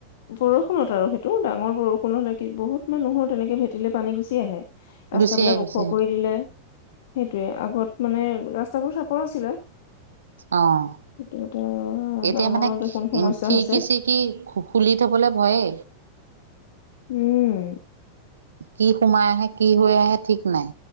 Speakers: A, on the left; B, on the right.
A: বৰষুনত আৰু সেইটো ডাঙৰ বৰষুণ হ'লে কি বহুত মানুহৰ তেনেকে ভেটিলে পানী গুচি আহে। ৰাস্তা
B: গুচি
A: বিলাক
B: আহি গৈছে
A: ওখ কৰি দিলে। সে তে আগত মানে ৰাস্তাবোৰ চাপৰ আছিলে।
B: অ'
A: এইটো এটা
B: এতিয়া
A: ডাঙৰ
B: মানে উম,
A: দেখোন সমস্যা
B: খিৰিকি
A: হৈছে
B: চিৰিকি খু-খুলি থবলে ভয়ে।
A: উম
B: কি সোমাই আহে কি হৈ আহে ঠিক নাই।